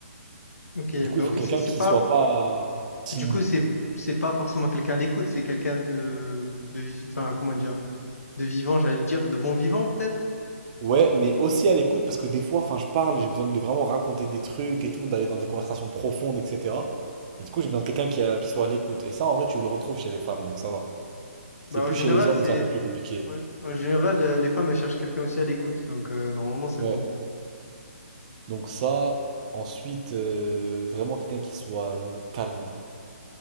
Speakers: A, on the left (about 85°); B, on the right (about 30°).
A: Ok,
B: Du
A: donc
B: coup, il faut quelqu'un
A: c'est c'est
B: qui
A: pas...
B: soit pas timide.
A: Du coup, c'est c'est pas forcément quelqu'un à l'écoute, c'est quelqu'un de... de... vi- Enfin, comment dire? De vivant, j'allais dire. De bon vivant, peut-être?
B: Ouais, mais aussi à l'écoute, parce que des fois, enfin, je parle, j'ai besoin de vraiment raconter des trucs et tout, d'aller dans des conversations profondes, etc. Et du coup, j'ai besoin de quelqu'un qui, a- qui soit à l'écoute. Et ça, en vrai, tu le retrouves chez les femmes, donc ça va. C'est
A: Bah,
B: plus
A: en général,
B: chez les hommes
A: c'est
B: où c'est un peu plus compliqué.
A: en en général euh, les femmes elles cherchent quelqu'un aussi à l'écoute, donc euh, normalement c'est
B: Ouais.
A: bon.
B: Donc ça, ensuite, euh, vraiment quelqu'un qui soit euh, calme.